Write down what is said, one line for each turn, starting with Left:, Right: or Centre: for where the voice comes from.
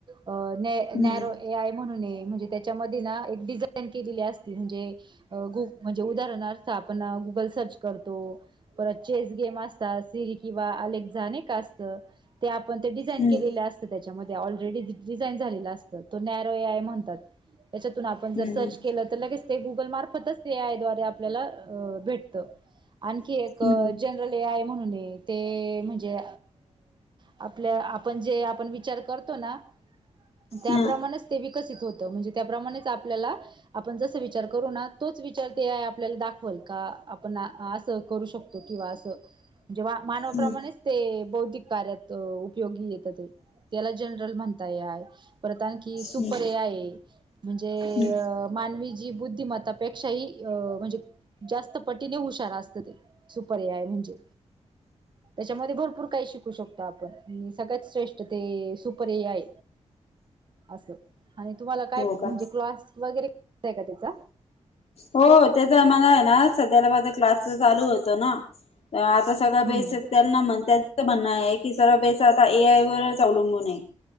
Right: अ न
Left: हम्म
Right: नॅरो ए आय म्हणून. म्हणजे तेच्या मध्ये ना एक डिजाइन केलेली असते. म्हणजे गु म्हणजे उदाहरणार्थ आपण गुगल सर्च करतो. परत चेस गेम असतात. किंवा अलेक्सा नाही का असत. ते आपण ते डिझाईन
Left: हम्म
Right: केलेलं असत त्याच्यामध्ये. ऑलरेडी डिझाईन झालेलं असतं तो नॅरो ए. आय म्हणतात. त्याच्यातून आपण जर
Left: हम्म
Right: सर्च केलं तर लगेचच. ते गुगल मार्फतच ते आयद्वारे आपल्याला भेटत. आणखी एक
Left: हम्म
Right: जनरल ए. आय म्हणून. ते म्हणजे आपलं. आपण जे विचार करतो तो ना. त्याप्रमाणच
Left: हम्म हा
Right: ते विकसित होत. म्हणजे त्याप्रमाणेच आपल्याला आपण जस विचार करू ना. तोच विचार ते ए. आय आपल्याला दाखवल का. आपण असं करू शकतो. किंवा असं. जेव्हा मानवाप्रमाणेच
Left: हम्म
Right: ते बौद्धिक कार्यात उपयोगी येत ते त्याला. जनरल म्हणता ए. आय. परत आणखी सुपर
Left: हम्म
Right: ए. आय म्हणजे
Left: हम्म
Right: मानवी जन बुद्धिमत्तापेक्षा ह अ म्हणजे जास्त पटीने हुशारा असत ते. Super A. आय म्हणजे. त्याच्यामध्ये भरपूर काही शिकू शकतो आपण. सगळ्यात श्रेष्ठ ते. पुढे हे हाय अस. आणि तुम्हाला क्लास
Left: हो का
Right: वगैरे. आहे का त्याचा.
Left: हो त्याचा आ मला आहे ना. सध्याला माझा क्लासच चालू होतो ना. आता सगळ बेस
Right: हम्म
Left: त्यांना म्हण त्यांचं म्हणणं आहे. की सर्व बेस आता ए. आय वर. अवलंबून आहे.